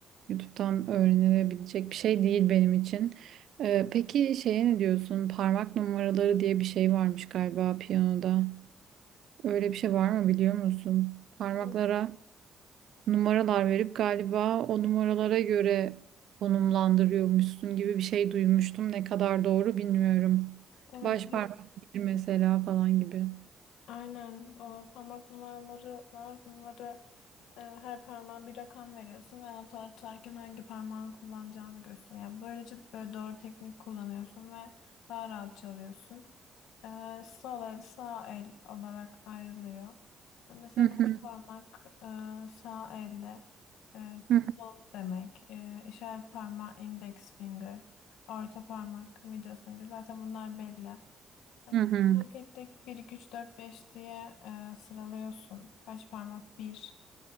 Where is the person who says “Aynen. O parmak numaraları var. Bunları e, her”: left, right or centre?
Left